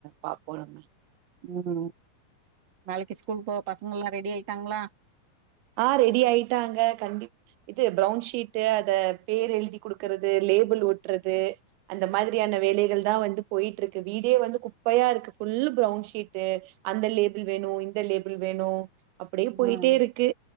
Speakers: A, on the right; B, on the right.
A: பார்ப்போம் நம்ம
B: உம் நாளைக்கு ஸ்கூல் போ பசங்க எல்லாம் ரெடி ஆயிட்டாங்களா
A: ஆ ரெடி ஆயிட்டாங்க கண்டி இது ப்ரௌன்ஷீட்டு அத பேர் எழுதி குடுக்கறது லேபிள் ஓட்டுறது அந்த மாரியான வேலகள் தான் வந்து போயிட்டு இருக்கு வீடே வந்து குப்பையா இருக்கு புஃபுல் ப்வுன்ஷீட்டு அந்த லேபிள் வேணும் இந்த லேபிள் வேணும் அப்டியே போயிட்டே
B: ம்
A: இருக்கு